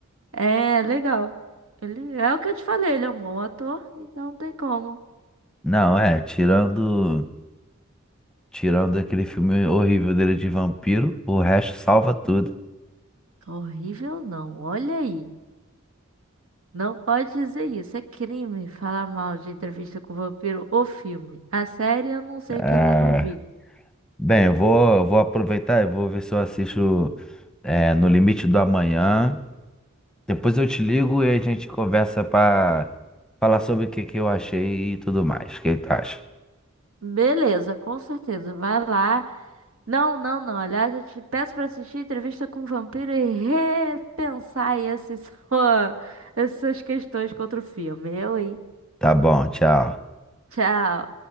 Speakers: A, on the right; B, in the centre.
A: é legal. Ele é o que eu te falei, ele é um bom ator, então não tem como.
B: Não, é, tirando tirando aquele filme horrível dele de vampiro, o resto salva tudo.
A: Horrível não, olha aí. Não pode dizer isso. É crime falar mal de Entrevista com o Vampiro, o filme. A série eu não sei
B: Ah,
A: que ainda não vi.
B: bem, eu vou, vou aproveitar e vou ver se eu assisto é, No Limite do Amanhã. Depois eu te ligo e a gente conversa pra falar sobre o que que eu achei e tudo mais. O que que tu acha?
A: Beleza, com certeza. Vai lá. Não, não, não. Aliás, eu te peço para assistir Entrevista com o Vampiro e repensar aí esses, <laughs> essas questões contra o filme. Eu, hein?
B: Tá bom, tchau.
A: Tchau.